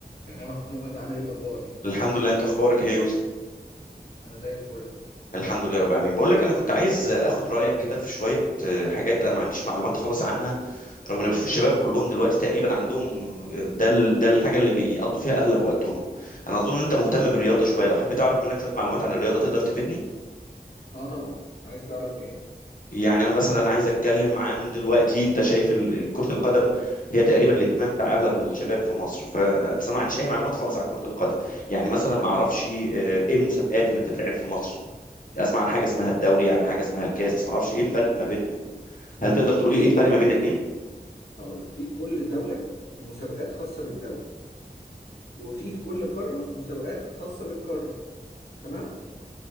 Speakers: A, on the left; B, on the left.
A: يا محمود عامل ايه الاخبار
B: الحمد لله انت اخبارك ايه يا يوسف
A: انا زي الفل
B: الحمد لله رب العالمين بقول لك انا كنت عايز اخد رايك كده في شويه آه، حاجات انا ما عنديش معلومات خالص عنها رغم ان بشوف الشباب كلهم دلوقتي تقريبا عندهم آه، ده ال- ده الحاجه اللي بيقضوا فيها اغلب وقتهم انا اظن ان انت مهتم بالرياضه شويه لو حبيت اعرف منك شويه معلومات عن الرياضه تقدر تفيدني
A: اه طبعا عايز تعرف ايه
B: يعني انا مثلا عايز اتكلم عن دلوقتي انت شايف ال- ال- كره القدم هي تقريبا الاهتمام بتاع اغلب الشباب في مصر ف بس انا ما عنديش اي معلومات خالص عن كره القدم يعني مثلا ما اعرفش آه، ايه المسابقات اللي بتتلعب في مصر اسمع عن حاجه اسمها الدوري عن حاجه اسمها الكاس بس ما اعرفش ايه الفرق ما بينهم هل تقدر تقول
A: بص
B: لي ايه الفرق
A: هقول
B: ما
A: لك
B: بين الاثنين
A: هقول لك في في كل دوله مسابقات خاصه بالدوله وفي في كل قاره مسابقات خاصه للقاره تمام